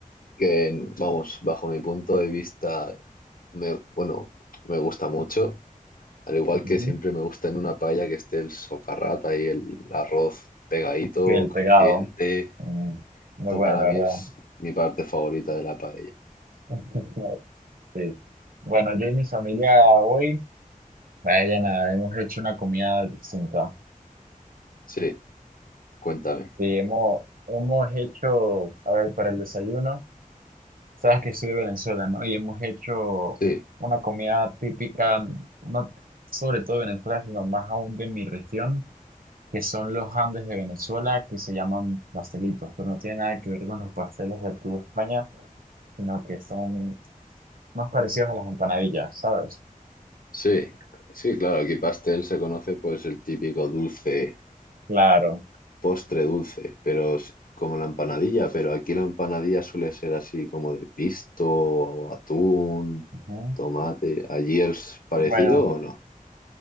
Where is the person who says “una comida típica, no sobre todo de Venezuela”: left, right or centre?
Right